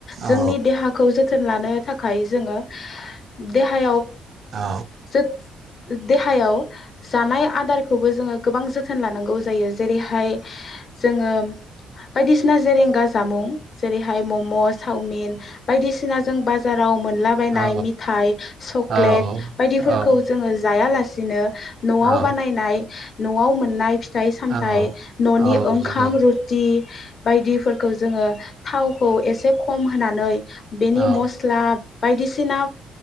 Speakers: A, on the left; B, on the right.
A: जोंनि
B: औ
A: देहाखौ जोथोन लानो। थाखाय जोङो देहायाव
B: आ
A: जोथ देहायाव जानाय आदारखौबो जोङो गोबां जोथोन लानांगौ जायो जेरैहाय जोङो बादिसिना जेरें गाज्रि जामुं जेरैहाय म म सावमुन बायदिसिना बाजाराव मोनला बायनाय
B: औ
A: मेथाय सकलेट
B: औ
A: बायदिफोरखौ
B: औ
A: जोङो जायालासिनो न'आव
B: औ
A: बानायनाय न'आव मोननाय फि फिथाइ सामथाय
B: औ
A: न'नि
B: औ
A: ओंखाम
B: नंगौ
A: रुथि बायदिफोरखौ जोङो थावखौ एसे खम होनानै बेनि
B: औ
A: मस्ला बायदिसिना